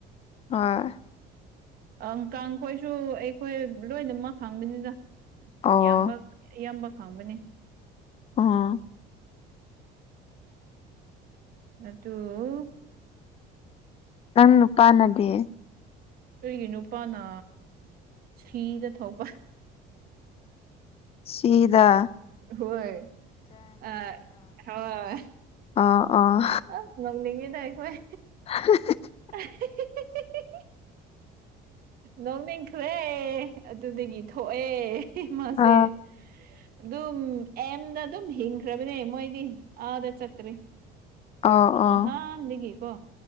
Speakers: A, on the left; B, on the right.
A: ꯍ
B: ꯑꯪ ꯀꯥꯡꯈꯣꯏꯁꯨ ꯑꯩꯈꯣꯏ ꯂꯣꯏꯅꯃꯛ ꯈꯥꯡꯕꯅꯤꯗ
A: ꯑꯣ
B: ꯏꯌꯥꯝꯕ ꯏꯌꯥꯝꯕ ꯈꯥꯡꯕꯅꯦ
A: ꯑꯥ
B: ꯑꯗꯨꯠꯇꯣ
A: ꯅꯪ ꯄ ꯅꯗꯤꯦ
B: ꯑꯩꯒꯤ ꯅꯨꯄꯥꯅ ꯁꯤꯗ ꯊꯣꯛꯄ
A: ꯁꯤꯤꯗꯥ
B: ꯍꯣꯏ ꯑ ꯍꯣꯏ
A: ꯑꯣ ꯑꯣ
B: ꯑꯁ ꯅꯧꯅꯤꯡꯉꯤꯅ ꯑꯩꯈꯣꯏ
A: <unintelligible>
B: <inaudible> ꯅꯣꯡꯅꯤꯡꯈꯂꯦ ꯑꯗꯨꯗꯒꯤ ꯊꯣꯛꯑꯦ ꯍꯃꯁꯦ
A: ꯑ
B: ꯑꯗꯨꯝ ꯑꯦꯝꯗ ꯑꯗꯨꯝ ꯍꯤꯡꯈ꯭ꯔꯕꯅꯦ ꯃꯣꯏꯗꯤ ꯑꯥꯗ ꯆꯠꯇ꯭ꯔꯤ
A: ꯑꯣ ꯑꯣ
B: ꯍ ꯂꯩꯒ ꯀꯣ